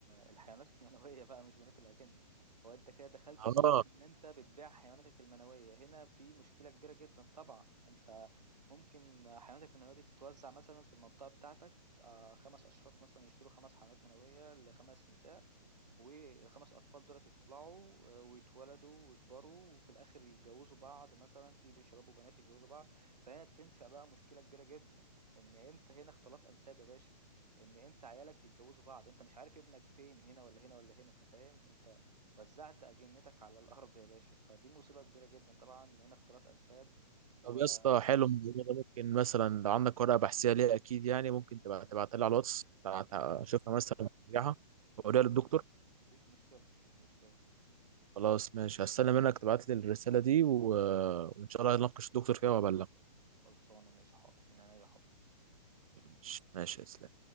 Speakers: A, on the right; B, on the right.
A: الحيوانات المنوية بقى مش بنوك الأجانب هو أنت كده دخلت
B: آه
A: في نقطة إن أنت بتبيع حيواناتك المنوية هنا في مشكلة كبيرة جدا طبعا أنت ممكن حيواناتك المنوية دي تتوزع مثلا في المنطقة بتاعتك آه، خمس أشخاص مثلا يشتروا خمس حيوانات منوية لخمس نساء والخمس أطفال دول يطلعوا آه، ويتولدوا ويكبروا وفي الآخر يتجوزوا بعض مثلا في شباب وبنات يتجوزوا بعض فهنا تنشأ بقى مشكلة كبيرة جدا ان انت هنا اختلاط انساب يا باشا ان انت عيالك يتجوزوا بعض انت مش عارف ابنك فين هنا ولا هنا ولا هنا انت فاهم انت وزعت اجنتك على الارض يا باشا فدي مصيبه كبيره جدا طبعا هنا اختلاط انساب وتمام
B: طب يا اسطى حلو الموضوع ده ممكن مثلا لو عندك ورقة بحثية ليه أكيد يعني ممكن تبقى تبعتها لي على الواتس تع- تع-
A: تمام
B: أشوفها مثلا ترجعها وأوريها
A: تمام
B: للدكتور
A: مفيش مشكله مفيش مشكله
B: خلاص ماشي هستنى منك تبعت لي الرسالة دي و... وإن شاء الله هنناقش الدكتور فيها وأبلغ
A: خلصانه ماشي حاضر من عينيا حاضر
B: ماشي ماشي يا إسلام